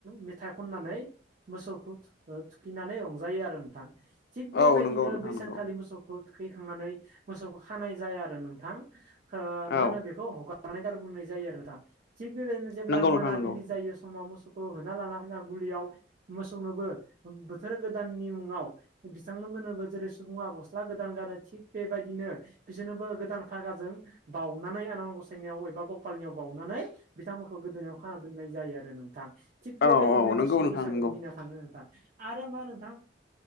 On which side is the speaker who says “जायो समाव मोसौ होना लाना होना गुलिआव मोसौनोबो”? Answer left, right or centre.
Right